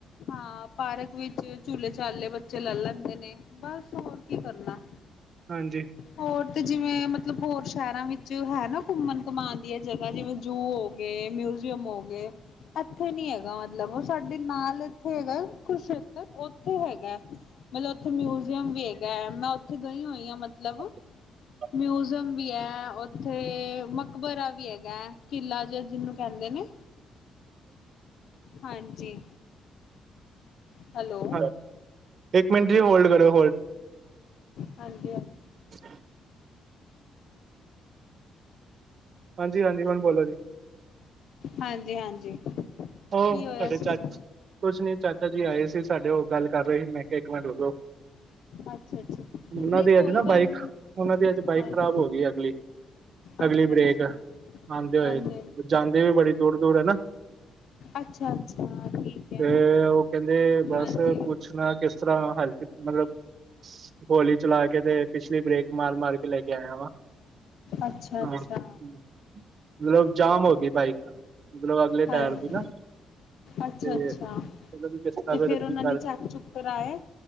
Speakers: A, on the left; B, on the right.
A: ਹਾਂ ਪਾਰਕ ਵਿੱਚ ਝੂਲੇ ਚਾਲੇ ਬੱਚੇ ਲੈ ਲੈਂਦੇ ਨੇ ਬਸ ਹੋਰ ਕੀ ਕਰਨਾ
B: ਹਾਂਜੀ,
A: ਹੋਰ ਤੇ ਜਿਵੇਂ ਮਤਲਬ ਹੋਰ ਸ਼ਹਿਰਾਂ ਵਿੱਚ ਹੈ ਨਾ ਘੁੰਮਣ ਕਮਾਉਣ ਦੀਆਂ ਜਗ੍ਹਾ ਜਿਵੇਂ ਜੂ ਗਏ ਮਿਊਜ਼ੀਅਮ ਹੋ ਗਏ ਇੱਥੇ ਨੀ ਹੈਗਾ ਮਤਲਬ ਉਹ ਸਾਡੇ ਨਾਲ ਇੱਥੇ ਹੈਗਾ ਕ ਕੁਰੂਕਸ਼ੇਤਰ ਉੱਥੇ ਹੈਗਾ। ਮਤਲਬ ਉੱਥੇ ਮਿਊਜ਼ੀਅਮ ਵੀ ਹੈਗਾ ਹੈ ਮੈਂ ਉੱਥੇ ਗਈ ਹੋਈ ਆ ਮਤਲਬ।
B: <inaudible>
A: ਮਿਊਜ਼ੀਅਮ ਵੀ ਹੈ ਉੱਥੇ ਮਕਬਰਾ ਵੀ ਹੈਗਾ ਕਿਲਾ ਜਿੰ ਕਹਿੰਦੇ ਨੇ ਹਾਂਜੀ ਹੈਲੋ।
B: ਹਾਂ ਇੱਕ ਮਿੰਟ ਜ ਹੋਲਡ ਕਰੋ।
A: ਹਾਂਜੀ, ਹਾਂਜੀ।
B: ਅੱਛਾ। ਹਾਂਜੀ, ਹਾਂਜੀ ਹੁਣ ਬੋਲੋ ਜੀ।
A: ਹਾਂਜੀ, ਹਾਂਜੀ।
B: ਉਹ
A: ਕੀ ਹੋਇਆ
B: ਸਾਡੇ
A: ਸੀਗਾ
B: ਚਾਚ ਕੁਛ ਨੀ ਚਾਚਾ ਜੀ ਆਏ ਸੀ ਸਾਡੇ ਉਹ ਗੱਲ ਕਰ ਰਹੇ ਸੀ ਮੈਂ ਕਿਹਾ ਇੱਕ ਮਿੰਟ ਰੁਕੋ।
A: ਅੱਛਾ। ਅੱਛਾ
B: ਉਹਨਾਂ
A: ਨਹੀਂ
B: ਦੀ
A: ਕੋਈ
B: ਅੱਜ ਨਾ
A: ਗੱਲ
B: ਬਾਈਕ
A: ਨੀ
B: ਉਹਨਾਂ ਦੀ ਅੱਜ ਬਾਈਕ
A: ਹਾਂਜੀ
B: ਖਰਾਬ ਹੋ ਗਈ ਅਗਲੀ ਅਗਲੀ
A: ਅੱਛਾ
B: ਬਰੇੇਕ
A: ਅੱਛਾ
B: ਆਉਂਦੇ ਹੋਏ
A: ਹਾਂਜੀ ਹਾਂਜੀ
B: ਜਾਂਦੇ ਵੀ ਬੜੀ ਦੂਰ ਦੂਰ ਹਨਾ।
A: ਅੱਛਾ, ਅੱਛਾ। ਠੀਕ ਹੈ
B: ਤੇ ਉਹ ਕਹਿੰਦੇ ਬਸ
A: ਹਾਂਜੀ
B: ਪੁੱਛਣਾ ਕਿਸ ਤਰ੍ਹਾਂ ਹੱਲ ਮਤਲਬ ਹੋਲੀ ਚਲਾ ਕੇ ਤੇ ਪਿਛਲੀ ਬਰੇੇਕ ਮਾਰ ਮਾਰ ਕੇ ਲੈ ਕੇ ਆਇਆ ਵਾ
A: ਅੱਛਾ
B: ਹਾਂ
A: ਅੱਛਾ
B: ਮਤਲਬ ਜਾਮ
A: ਓਕੇ
B: ਹੋ ਗਈ ਬਾਈਕ ਮਤਲਬ ਅਗਲੇ
A: ਹਾਂਜੀ
B: ਟਾਇਰ ਦੀ ਨਾ
A: ਅੱਛਾ
B: ਤੇ
A: ਅੱਛਾ
B: ਉਹਨਾਂ ਦੀ ਕਿਸਤਾ
A: ਤੇ
B: ਵੇ
A: ਫੇਰ
B: ਰੀ
A: ਉਹਨਾਂ
B: ਕਰ
A: ਨੇ ਚੈੱਕ ਚੁੱਕ ਕਰਾਇਆ